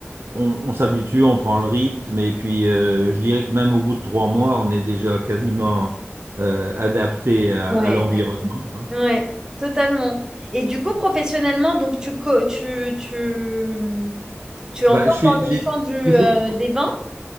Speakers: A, on the right; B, on the right.
A: on, on s'habitue, on prend le rythme. Et puis, euh, je dirais que même au bout de trois mois, on est déjà quasiment euh, adapté à,
B: Ouais,
A: à l'environnement.
B: active.
A: hein.
B: Ouais, totalement. Et du coup, professionnellement, donc tu, co- tu, tu, tu es
A: Bah,
B: encore
A: je suis,
B: dans le
A: j'ai
B: champ du, euh,
A: toujours
B: des vins?